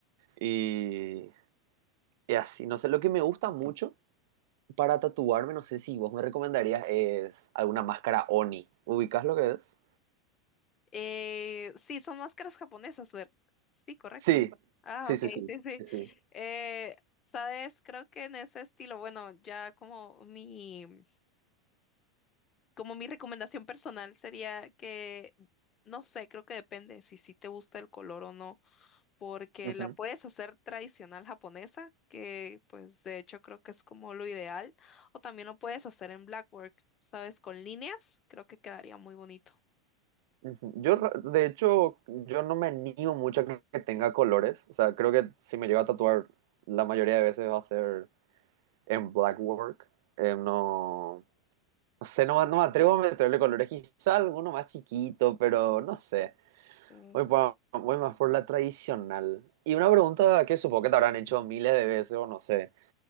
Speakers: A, on the right (about 55°); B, on the left (about 20°).
A: Y, Y así, no sé, lo que me gusta mucho para tatuarme, no sé si vos me recomendarías, es alguna máscara Oni. ¿Ubicás lo que es?
B: Eh, sí, son máscaras japonesas, ver. Sí, correcto.
A: Sí,
B: Ah,
A: sí,
B: ok,
A: sí,
B: <laughs>
A: sí,
B: sí, sí.
A: sí. sí.
B: Eh, sabes, creo que en ese estilo, bueno, ya como mi, como mi recomendación personal sería que, no sé, creo que depende si sí te gusta el color o no, porque
A: Ujú,
B: la puedes hacer tradicional japonesa, que pues de hecho creo que es como lo ideal, o también lo puedes hacer en blackwork, sabes, con líneas, creo que quedaría muy bonito.
A: ujú. Yo, ra- de hecho, yo no me animo mucho a que que tenga colores. O sea, creo que si me llego a tatuar, la mayoría de veces va a ser en black work. Eh, no, no sé, no, me- no me atrevo a meterle colores. Quizá alguno más chiquito, pero no sé.
B: Ujú.
A: Voy, pa- voy más por la tradicional. Y una pregunta que supongo que te habrán hecho miles de veces o no sé.